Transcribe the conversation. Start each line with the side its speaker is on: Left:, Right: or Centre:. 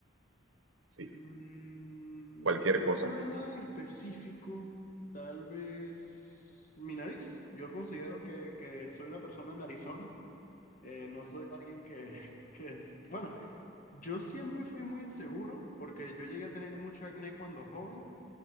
Right: Sí,
Left: Mm,
Right: cualquier
Left: No se me
Right: cosa.
Left: ocurre nada en específico. Tal vez mi nariz. Yo considero que, que soy una persona narizona. Eh, no soy alguien que, <laughs> que es... Bueno, yo siempre fui muy inseguro porque yo llegué a tener mucho acné cuando joven